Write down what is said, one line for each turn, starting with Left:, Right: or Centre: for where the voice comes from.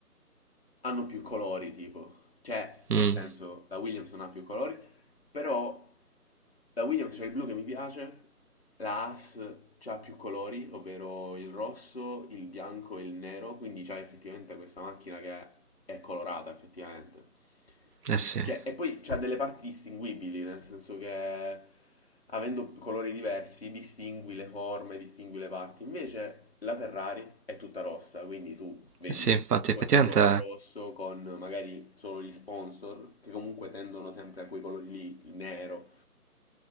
Left: hanno più colori, tipo. Cioè, nel
Right: Mm,
Left: senso, la Williams non ha più colori, però la Williams c'è il blu che mi piace, la Haas c'ha più colori, ovvero il rosso, il bianco e il nero, quindi c'ha effettivamente questa macchina che è colorata, effettivamente.
Right: Eh sì, eh
Left: Cioè, e poi c'ha delle parti distinguibili, nel senso che avendo colori diversi distingui le forme, distingui le parti. Invece la Ferrari è tutta rossa, quindi tu vedi
Right: sì, infatti,
Left: questo
Right: effettivamente
Left: blocco rosso con magari solo gli sponsor, che comunque tendono sempre a quei colori lì, il nero.